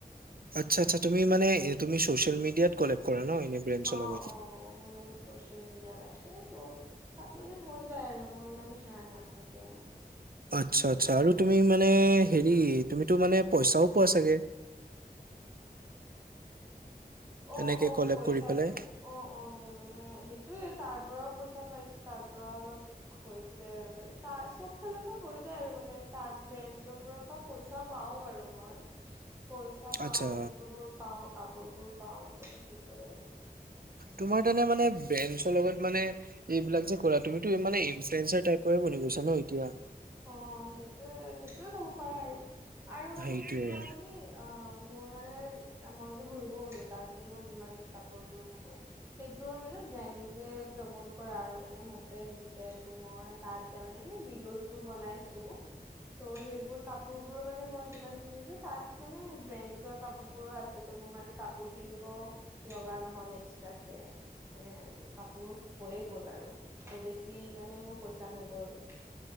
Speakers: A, on the right (about 70°); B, on the right (about 15°).
A: আচ্ছা আচ্ছা তুমি মানে হেৰি তুমি চচিয়েল মিডিয়াত কলেব কৰা ন এনে ব্ৰেণ্ডছৰ
B: অ অ,
A: লগত
B: মোৰ মানে আছে চচিয়েল মিডিয়াত আছে ত' তাত মানে হৈ যায় আৰু মোৰ ইমান সেয়া নাথাকে
A: আচ্ছা আচ্ছা আৰু তুমি মানে হেৰি তুমিতো মানে পইচাও পোৱা চাগে
B: অ
A: এনেকে
B: অ
A: কলেব
B: পইচাটো
A: কৰি পেলাই
B: অ অ মোৰ মানে সেইটোৱে তাৰ পৰাও পইচা পাইছোঁ তাৰ পৰাও অলপ হৈছে মানে তাৰ চব ফালৰ পৰা হৈ যায় আৰু মানে তাৰ ব্ৰেণ্ডছৰ পৰা পাব পইচা পাওঁ বাৰু মই পইচ পইচা পাওঁ,
A: আচ্ছা
B: বস্তু বোৰ পাওঁ, কাপোৰ বোৰ পাওঁ ত' সেইবোৰে
A: তোমাৰ তেনে মানে ব্ৰেণ্ডছৰ লগত মানে এইবিলাক যে কৰা তুমিতো ই মানে ইনফ্লুৱেঞ্চাৰ টাইপৰে বনি গৈছা ন'এতিয়া
B: অ, সেইটোৱে -সেইটোৱে ক'ব পাৰা আৰু- আৰু মানে
A: সেইটোৱে
B: কি হয় কি অ, মোৰ মানে মই যে ঘুৰিব গলো তাত যে মই যিমান কাপোৰবোৰ মানে সেইটোৰ মানে ব্ৰেণ্ডজে প্ৰমোট কৰা আৰু মানে ইহঁত তে দিছে ত' মই তাত যায় মানে এ ভিডিঅ'চ বোৰ বনাইছো। ত' সেইবোৰ কাপোৰ বোৰো মানে মই যিমান পিন্ধিছো তাত মানে ব্ৰেণ্ডছৰ কাপোৰ বোৰো আছে ত' মোৰ মানে কাপোৰ কিনিব লগা নহ'ল এক্সট্ৰা কে। মানে কাপোৰ হৈয়ে গ'ল আৰু ত' বেছি মানে মোৰ পইচা নগ'ল।